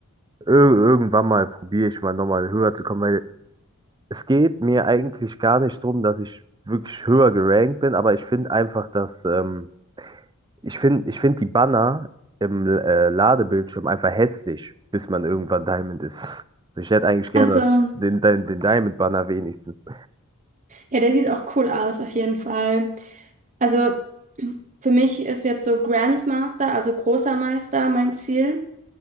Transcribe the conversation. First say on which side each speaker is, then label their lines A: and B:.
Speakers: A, on the right; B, on the right.
A: ir irgendwann mal probiere ich mal nochmal höher zu kommen, weil es geht mir eigentlich gar nicht drum dass ich wirklich höher gerankt bin, aber ich finde einfach, dass ähm, Ich finde, ich find die Banner im äh, Ladebildschirm einfach hässlich, bis man irgendwann Diamond ist. Also Ich hätte eigentlich gerne
B: Also,
A: das, den, den, den Diamond-Banner wenigstens.
B: ja, der sieht auch cool aus, auf jeden Fall. Also für mich ist jetzt so Grandmaster, also großer Meister, mein Ziel.